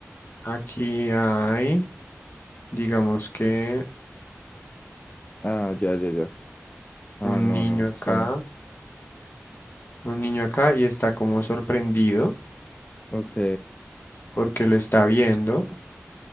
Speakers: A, on the left; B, on the left.
A: aquí hay, digamos que
B: ah, ya, ya, ya. Ah,
A: un
B: no,
A: niño
B: no
A: acá,
B: sé.
A: un niño acá y está como sorprendido
B: Ok,
A: porque lo está viendo.